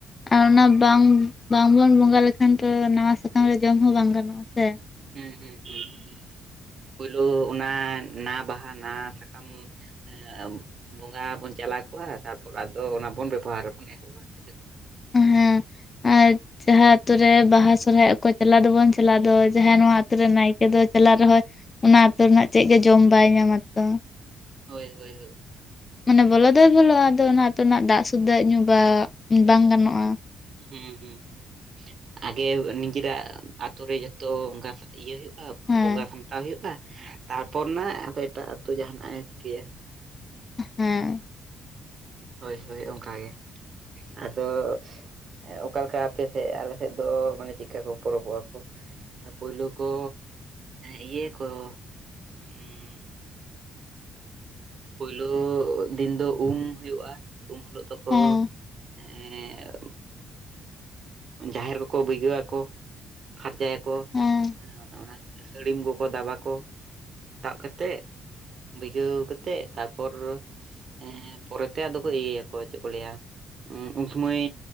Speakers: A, on the left (about 35°); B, on the right (about 50°).
A: ᱟᱨ ᱚᱱᱟ ᱵᱟᱝ ᱵᱟᱝᱵᱚᱱ ᱵᱚᱸᱜᱟ ᱞᱮᱠᱷᱟᱱ ᱛᱚ ᱱᱟᱣᱟ ᱥᱟᱠᱟᱢ ᱨᱮ ᱡᱚᱢ ᱦᱚᱸ ᱵᱟᱝ ᱜᱟᱱᱚᱜᱼᱟ ᱥᱮ
B: ᱦᱩᱸ ᱦᱩᱸ ᱦᱩᱸ ᱯᱳᱭᱞᱳ ᱚᱱᱟ ᱱᱟᱣᱟ ᱵᱟᱦᱟ ᱱᱟᱣᱟ ᱥᱟᱠᱟᱢ ᱮᱸᱜ ᱵᱚᱸᱜᱟ ᱵᱩᱱ ᱪᱟᱞᱟᱣ ᱠᱚᱜᱼᱟ ᱛᱟᱯᱚᱨ ᱟᱫᱚ ᱚᱱᱟ ᱵᱚᱱ ᱵᱮᱵᱚᱦᱟᱨᱟᱵᱚᱱ ᱮᱦᱚᱵ ᱵᱟᱥᱠᱮ ᱥᱟᱠᱟᱢ
A: ᱦᱮᱸ ᱟᱨ ᱡᱟᱦᱟᱸ ᱟᱛᱳ ᱨᱮ ᱵᱟᱦᱟ ᱥᱚᱨᱦᱟᱭ ᱚᱠᱚᱭ ᱪᱟᱞᱟᱣ ᱫᱚᱵᱚᱱ ᱪᱟᱞᱟᱜ ᱫᱚ ᱡᱟᱦᱟᱸ ᱱᱚᱣᱟ ᱟᱛᱩᱨᱮ ᱱᱟᱭᱠᱮ ᱫᱚ ᱪᱟᱞᱟᱜ ᱨᱮᱦᱚᱸᱭ ᱚᱱᱟ ᱟᱛᱳ ᱨᱮᱱᱟᱜ ᱪᱮᱫ ᱜᱮ ᱡᱚᱢ ᱵᱟᱭ ᱧᱟᱢᱟ ᱛᱚ
B: ᱦᱳᱭ ᱦᱳᱭ ᱦᱳᱭ
A: ᱢᱟᱱᱮ ᱵᱚᱞᱚ ᱫᱚᱭ ᱵᱚᱞᱚᱜᱼᱟ ᱟᱫᱚ ᱚᱱᱟ ᱟᱹᱛᱩ ᱨᱮᱱᱟᱜ ᱫᱟᱜ ᱥᱩᱫᱽᱫᱟᱹ ᱧᱩ ᱵᱟ ᱵᱟᱝ ᱜᱟᱱᱚᱜᱼᱟ
B: ᱦᱩᱸ ᱦᱩᱸ ᱦᱩᱸ ᱟᱜᱮ ᱱᱤᱡᱮᱨᱟᱜ ᱟᱛᱳ ᱨᱮ ᱡᱷᱚᱛᱚ ᱚᱱᱠᱟ ᱤᱭᱟᱹ ᱦᱩᱭᱩᱜ
A: ᱦᱮᱸ
B: ᱵᱚᱸᱜᱟ ᱥᱟᱢᱴᱟᱣ ᱦᱩᱭᱩᱜᱼᱟ ᱛᱟᱨᱯᱚᱨ ᱱᱟᱜ ᱮᱴᱟᱜ ᱟᱹᱛᱩ ᱡᱟᱦᱟᱱᱟᱜᱼ ᱮ ᱪᱤᱠᱟᱹᱭᱟ
A: ᱦᱮᱸ
B: ᱦᱳᱭ ᱦᱳᱭ ᱚᱱᱠᱟᱜᱮ ᱟᱫᱚ ᱚᱠᱟᱮ ᱞᱮᱠᱟ ᱟᱯᱮᱥᱮᱫ ᱟᱞᱮ ᱥᱮᱫ ᱫᱚ ᱢᱟᱱᱮ ᱪᱮᱫᱠᱟ ᱠᱚ ᱯᱚᱨᱚᱵᱚᱜᱼᱟ ᱠᱚ ᱯᱩᱭᱞᱩ ᱠᱚ ᱤᱭᱟᱹᱭᱟ ᱠᱚ ᱩᱸᱜ ᱯᱳᱭᱞᱳ ᱫᱤᱱ ᱫᱚ ᱩᱢ ᱦᱩᱭᱩᱜᱼᱟ ᱩᱢ ᱦᱤᱞᱳᱜ ᱫᱚᱠᱚ
A: ᱦᱮᱸ
B: ᱮᱸᱜ ᱻ ᱡᱟᱦᱮᱨ ᱠᱚᱠᱚ ᱵᱟᱹᱭᱜᱟᱹᱣᱟᱠᱚ ᱯᱷᱟᱨᱪᱟᱭᱟᱠᱚ ᱠᱚ
A: ᱦᱮᱸ
B: ᱮᱸ ᱚᱱᱟ ᱥᱟᱹᱲᱤᱢ ᱠᱚᱠᱚ ᱫᱟᱵᱟ ᱠᱚ ᱫᱟᱵ ᱠᱟᱛᱮᱜ ᱵᱟᱹᱭᱜᱟᱹᱣ ᱠᱟᱛᱮᱜ ᱛᱟᱨᱯᱚᱨ ᱮᱸᱜ ᱯᱚᱨᱮᱛᱮ ᱟᱫᱚ ᱠᱚ ᱤᱭᱟᱹᱭᱟᱠᱚ ᱪᱮᱫ ᱠᱚ ᱞᱟᱹᱭᱟ ᱩᱸᱜ ᱩᱱ ᱥᱚᱢᱚᱭ